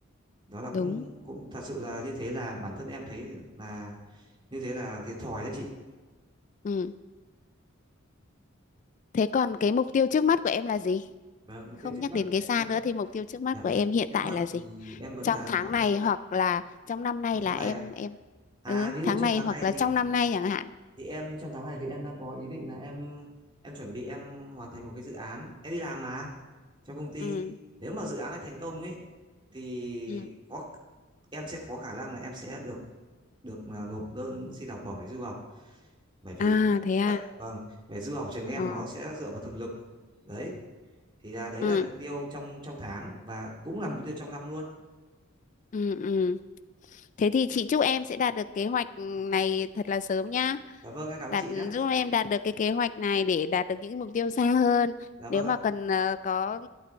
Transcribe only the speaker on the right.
đó là cũng
cũng thật sự là như thế là bản thân em thấy là như thế là thiệt thòi đấy chị
vâng mục
tiêu trước
mắt
của
em
đấy
trước
mắt
thì em vẫn
là
dạ
trong
tháng này
ạ
à
ví
dụ trong
tháng
này
thì
thì em trong tháng này thì em đang có ý định là em em chuẩn bị em hoàn thành một cái dự án em đi làm mà cho công ty
nếu mà dự án này thành công ấy thì
có em sẽ có khả năng là em sẽ được được là nộp đơn xin học bổng để du học bởi vì
em
thấy
vậy vâng về du học trường em
nó sẽ dựa vào thực lực đấy thì là đấy
là mục tiêu trong trong tháng và cũng là mục tiêu trong năm luôn
dạ vâng em cảm
ơn chị nhé
dạ vâng
ạ